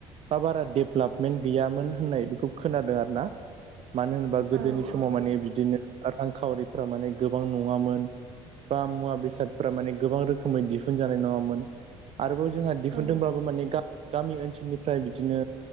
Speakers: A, on the right (about 45°); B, on the right (about 80°).
A: बा बारा डेभलपमेन्ट गैयामोन होननाय बेखौ खोनादों आरोना। मानो होनबा गोदोनि
B: औ
A: समाव
B: औ
A: माने बिदिनो रांखावरिफ्रा माने गोबां नङामोन। बा मुवा बेसादफोरा माने गोबां रोखोमै दिहुनजानाय नङामोन आरोबाव जोंहा दिहुनदोंब्लाबो
B: ओं
A: माने गा गामि ओनसोलनिफ्राय बिदिनो